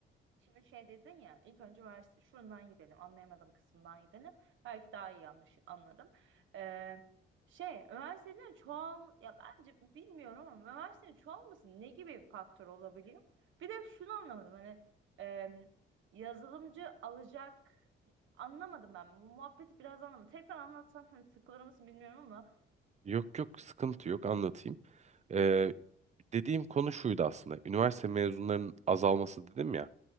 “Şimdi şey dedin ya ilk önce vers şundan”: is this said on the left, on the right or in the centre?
Right